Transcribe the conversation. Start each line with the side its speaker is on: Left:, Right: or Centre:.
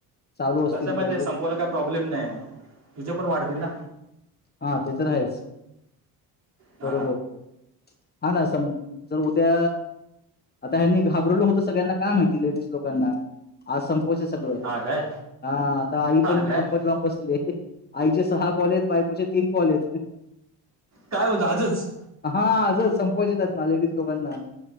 Left: चालू असतील
Right: कसं आहे माहिती
Left: तर बघू
Right: संपवायला काय प्रॉब्लेम नाही तुझे पण वाढतील ना.
Left: हा ते तर आहेच
Right: हा
Left: बरोबर. हा ना स जर उद्या आता ह्यांनी घाबरवलं होतं सगळ्यांना काय माहिती लेडीज लोकांना आज स सगळ
Right: हा काय
Left: हा आता आई
Right: हा
Left: पण
Right: काय
Left: नंबर लावून बसले आईचे सहा कॉलेज बायकोचे तीन कॉलेज
Right: काय होत आजच?
Left: हा अज संपवायचेेत ना लेडीज दोकांना